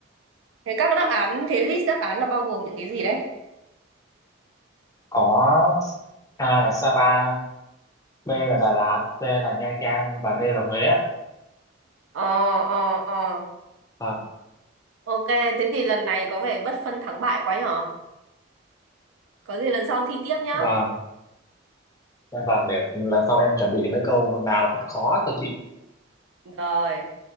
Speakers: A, on the right; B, on the left.
A: thế các đáp án thế list đáp án là bao gồm những cái gì đấy
B: có A là Sapa B là Đà Lạt C là Nha Trang và D là Huế <laughs> ạ.
A: ờ ờ ờ
B: vâng
A: ok thế thì lần này có vẻ bất phân thắng bại quá nhở có gì lần sau thi tiếp nhá
B: vâng dạ vâng để lần sau em chuẩn bị mấy câu nào thật khó cho chị
A: rồi